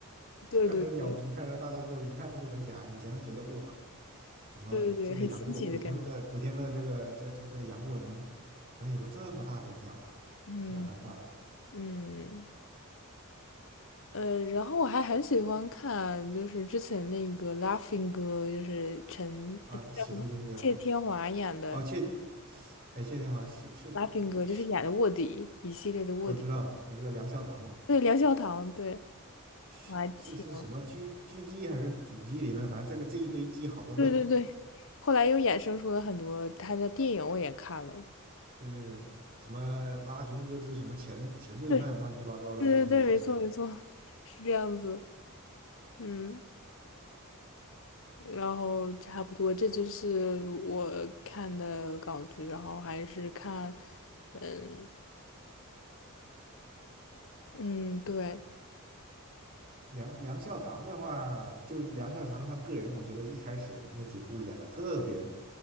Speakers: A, on the left; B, on the right.
A: 对对对
B: 看着鸟皮，看着大大个子，一看就很假。以前就觉得哇，怎么这个杨过古天乐古天乐这个这这这个杨过能能有个这么大的鸟啊，
A: 对对对，很新奇的感觉。嗯
B: 给他当伴儿
A: 嗯。呃，然后我还很喜欢看，就是之前那个《Laughing 哥》，就是陈，
B: 啊？
A: 呃这叫什么？
B: 使徒行者
A: 谢天华演的
B: 哦，谢哎谢天华是是是，
A: 《Laughing 哥》，就是演的卧底一系列的卧底。
B: 我知道我知道梁孝堂嘛。
A: 对，梁孝堂，对，
B: 是是是什么狙狙击还是阻击里面，
A: 我还挺，
B: 反正这个这一堆鸡好多个，
A: 对对对。后来又衍生出了很多他的电影，我也看了。
B: 对对对，什么拉平哥之什么前前罪犯乱七八糟的这些也是。
A: 对，对对对，没错没错，是这样子。嗯，然后差不多，这就是我看的港剧，然后还是看，嗯。嗯，对，
B: 梁梁孝堂的话，就是梁孝堂他个人，我觉得一开始那几部演的特别，